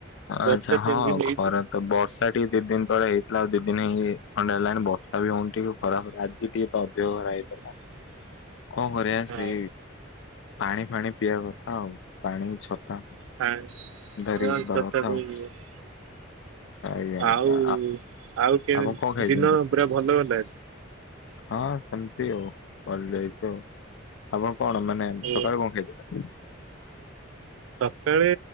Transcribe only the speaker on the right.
ବର୍ଷା ତିନି
ଦିନ ହେଇଛି
<inaudible>
ହଁ
ପାଣି
<unintelligible>
ଆଉ ଆଉ କେମତି
ଦିନ ପୁରା ଭଲ ଗଲା।
ଓ
ସକାଳେ